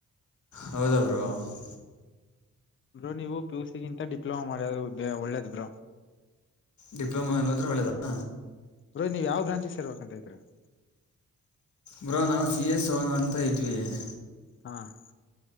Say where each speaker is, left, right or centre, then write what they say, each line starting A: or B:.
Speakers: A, on the left (about 60°); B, on the left (about 40°).
A: ಹೌದ, ಬ್ರೋ? <inaudible>
B: ಬ್ರೋ, ನೀವು, ಪಿ, ಯು, ಸಿ. ಗಿಂತ ಡಿಪ್ಲೊಮಾ ಮಾಡಿರೋದು, ಒಳ್ಳೇದು, ಬ್ರೋ? <inaudible>
A: ಡಿಪ್ಲೊಮಾ, ಅಲ್ಲದ್ರೆ, ಒಳ್ಳೇದಾ? <inaudible>
B: ಬ್ರೋ, ನೀವು ಯಾವ ಬ್ಯಾಂಕ್ ಅಂದುಕೊಂಡಿದ್ದೀರಾ? <inaudible>
A: ಬ್ರೋ, ನಾವು, ಸಿ, ಎಸ್ ಹೋಗೋಣ, ಅಂತ ಇದ್ವಿ! <inaudible>
B: ಹಾ. <inaudible>